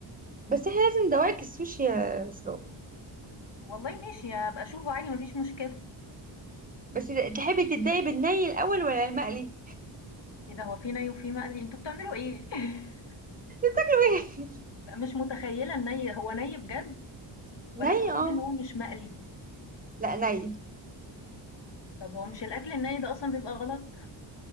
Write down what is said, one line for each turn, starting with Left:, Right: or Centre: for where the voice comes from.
Right: بس احنا لازم ندوقك السوشي يا اسراء
Left: والله ماشي، هابقى أشوفه عادي ما فيش مشكلة.
Right: بس تحبي تتضايقي بالني الاول ولا المقلي
Left: إيه ده هو في ني وفي مقلي، أنتم بتعملوا إيه؟ <laughs>
Right: <laughs>
Left: لأ، مش متخيلة الني، هو ني بجد والّا
Right: ني
Left: تقصدي
Right: اه
Left: إن هو مش مقلي؟
Right: لا ني
Left: طب هو مش الأكل الني ده أصلًا بيبقى غلط؟